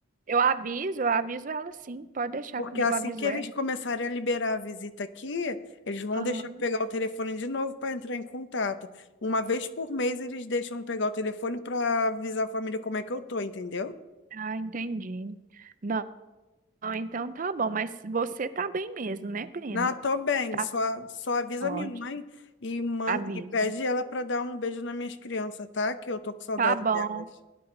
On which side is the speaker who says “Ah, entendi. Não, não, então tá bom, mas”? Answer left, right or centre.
Right